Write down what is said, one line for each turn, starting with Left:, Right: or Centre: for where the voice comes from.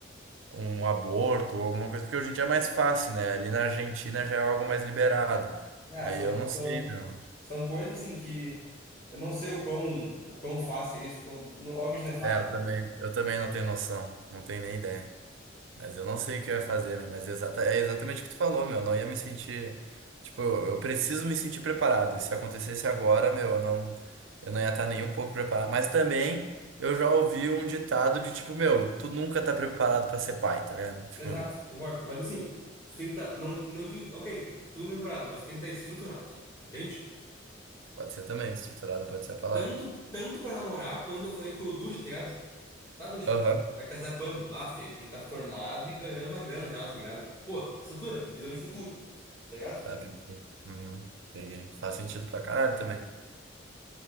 Right: um aborto ou alguma coisa, porque hoje em dia é mais fácil, né? Ali na Argentina já é algo mais liberado.
Left: É,
Right: Aí
Left: são,
Right: eu não
Left: são,
Right: sei, meu.
Left: são coisas, tipo assim, que eu não sei o quão, o quão fácil é isso. Quão, não- obviamente não é fácil.
Right: É, eu também, eu também não tenho noção, não tenho nem ideia. Mas eu não sei o que eu ia fazer, meu, mas é, exata, é exatamente o que tu falou, meu. Eu não ia me sentir. Tipo, eu eu preciso me sentir preparado. E se acontecesse agora, meu, eu não, eu não ia estar nem um pouco preparado. Mas também eu já ouvi um ditado de tipo, meu, tu nunca tá preparado pra ser pai, tá ligado? Tipo,
Left: Exato, concordo. Mas, tipo assim, tu tem que estar. não, não digo. Ok, tu não é preparado, mas tu tem que estar estruturado. Entende?
Right: pode ser também, estruturado pode ser a palavra.
Left: Tanto, tanto pra namorar, quando eu falei com o Ducha, tá ligado? Tá, Ducha?
Right: Aham.
Left: Vai casar quando? Basta, ele tem que estar formado e ganhando uma grana já, tá ligado? Pô, estrutura, visão de futuro, tá ligado?
Right: Tá, peguei. Uhum, peguei. Faz sentido pra caralho também.